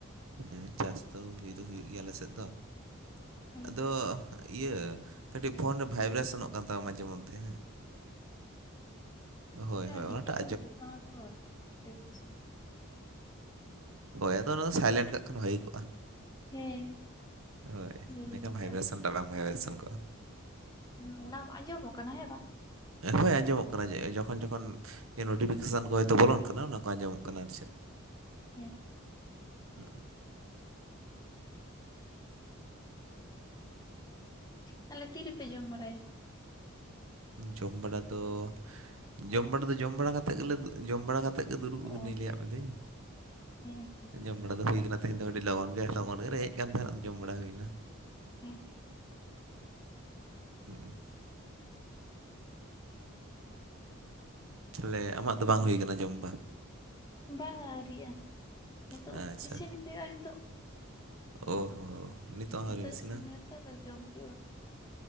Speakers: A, on the right; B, on the left.
A: ᱦᱮᱸ ᱪᱟᱥ ᱫᱚ ᱦᱳᱭ ᱫᱚ ᱦᱳᱭᱳᱜ ᱜᱮᱭᱟ ᱟᱞᱮ ᱥᱮᱫ ᱫᱚ᱾
B: ᱦᱩᱸ
A: ᱟᱫᱚ ᱤᱭᱟᱹ ᱠᱟᱹᱴᱤᱜ ᱯᱷᱳᱱ ᱨᱮ ᱵᱷᱟᱭᱵᱨᱮᱥᱚᱱᱚᱜ ᱠᱟᱱ ᱛᱟᱢᱟ ᱢᱟᱡᱷᱮ ᱢᱚᱫᱽᱫᱷᱮ᱾ ᱦᱳᱭ
B: ᱦᱮᱸ
A: ᱦᱳᱭ
B: ᱵᱷᱤᱰᱤᱭᱳ
A: ᱚᱱᱟᱴᱟᱜ
B: ᱠᱚᱞ ᱦᱤᱡᱩᱜ ᱠᱟᱱᱟ ᱛᱚ ᱱᱚᱴᱤᱯᱷᱤᱠᱮᱥᱚᱱ᱾
A: ᱳ ᱟᱫᱚ ᱚᱱᱟᱫᱚ ᱥᱟᱭᱞᱮᱱᱴ ᱠᱟᱜ ᱠᱷᱟᱱ ᱵᱷᱟᱜᱮ ᱠᱚᱜᱼᱟ᱾
B: ᱦᱮᱸ
A: ᱦᱳᱭ
B: ᱦᱤᱲᱤᱧ
A: ᱮᱠᱷᱟᱱ ᱵᱷᱟᱭᱵᱨᱮᱥᱚᱱ
B: ᱠᱟᱜᱼᱟ
A: ᱫᱚ ᱵᱟᱝ ᱵᱷᱟᱭᱵᱨᱮᱥᱚᱱ ᱠᱚᱜᱼᱟ᱾
B: ᱦᱩᱸ ᱚᱱᱟ ᱟᱸᱡᱚᱢᱚᱜ ᱠᱟᱱᱟ ᱦᱮᱸ ᱵᱟᱝ᱾
A: ᱦᱳᱭ ᱟᱸᱡᱚᱢᱚᱜ ᱠᱟᱱᱟ ᱡᱚᱠᱷᱚᱱ ᱡᱚᱠᱷᱚᱱ ᱱᱳᱴᱤᱯᱷᱤᱠᱮᱥᱚᱱ ᱠᱚ ᱵᱚᱞᱚᱱ ᱠᱟᱱᱟ ᱚᱱᱟ ᱟᱸᱡᱚᱢᱚᱜ ᱠᱟᱱᱟ ᱟᱨ ᱪᱮᱫ᱾
B: ᱦᱩᱸ
A: ᱦᱩᱸᱜ ᱩᱸ
B: ᱛᱟᱦᱞᱮ ᱛᱤᱨᱮᱯᱮ ᱡᱚᱢ ᱵᱟᱲᱟᱭᱟ?
A: ᱡᱚᱢ ᱵᱟᱲᱟ ᱫᱚ ᱡᱚᱢ ᱵᱟᱲᱟ ᱫᱚ ᱡᱚᱢ ᱵᱟᱲᱟ ᱠᱟᱛᱮᱫ ᱜᱮᱞᱮ ᱡᱚᱢ ᱵᱟᱲᱟ ᱠᱟᱛ ᱛᱮ ᱜᱮ ᱫᱩᱲᱩᱵ ᱦᱩᱭ
B: ᱚ
A: ᱱᱟ ᱞᱟᱹᱭᱟᱫ ᱢᱮ ᱫᱟᱹᱧ
B: ᱦᱮᱸ ᱦᱮᱸ
A: ᱡᱚᱢ ᱵᱟᱲᱟ ᱫᱚ ᱦᱩᱭ ᱟᱠᱟᱱᱟ᱾ ᱛᱮᱦᱮᱱ ᱫᱚ ᱠᱟᱹᱴᱤᱡ ᱞᱚᱜᱚᱱ ᱜᱮ ᱞᱚᱜᱚᱱ ᱜᱮ ᱞᱮ ᱦᱮᱡ ᱠᱟᱱ ᱛᱟᱦᱮᱱᱟ ᱡᱚᱢ ᱵᱟᱲᱟ ᱦᱳᱭᱱᱟ᱾
B: ᱦᱮᱸ ᱛᱚ᱾
A: ᱦᱩᱸᱜ ᱩᱸ ᱛᱟᱦᱚᱞᱮ ᱟᱢᱟᱜ ᱫᱚ ᱵᱟᱝ ᱦᱳᱭ ᱠᱟᱱᱟ ᱡᱚᱢ ᱵᱟᱝ?
B: ᱵᱟᱝᱟ ᱟᱹᱣᱨᱤᱜᱼᱟ ᱦᱤᱛᱚᱜ
A: ᱟᱪᱪᱷᱟ
B: ᱤᱥᱤᱱ ᱦᱳᱭᱳᱜᱼᱟ ᱦᱤᱛᱚᱜ᱾
A: ᱳ ᱦᱳ ᱱᱤᱛᱚᱜ
B: ᱦᱤᱛᱳᱜ
A: ᱦᱚᱸ ᱟᱹᱣᱨᱤᱢ ᱤᱥᱤᱱᱟ
B: ᱤᱥᱤᱱ ᱵᱟᱲᱟ <unintelligible> ᱡᱚᱢ ᱦᱳᱭᱳᱜᱼᱟ ᱦᱟᱜ